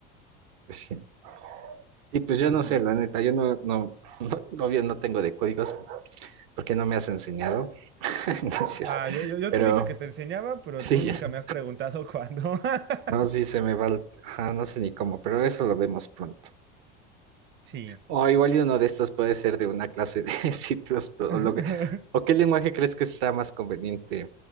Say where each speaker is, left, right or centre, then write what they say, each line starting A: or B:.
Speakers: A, on the right; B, on the right.
A: Pues sí. Sí, pues yo
B: Ujú.
A: no sé, la neta, yo no, no, <laughs> no, obvio no tengo de códigos porque no me has enseñado, <laughs> no es cierto.
B: Ah, yo, yo, yo
A: Pero
B: te dije que te enseñaba, pero
A: sí,
B: tú
A: ya
B: nunca
A: sé.
B: me has preguntado cuándo. <laughs>
A: no, sí se me va, el- ajá, no sé ni cómo, pero eso lo vemos pronto.
B: Sí.
A: O igual y uno de estos puede ser de una clase de <laughs> C++, o
B: <laughs>
A: lo que, o qué lenguaje crees que está más conveniente,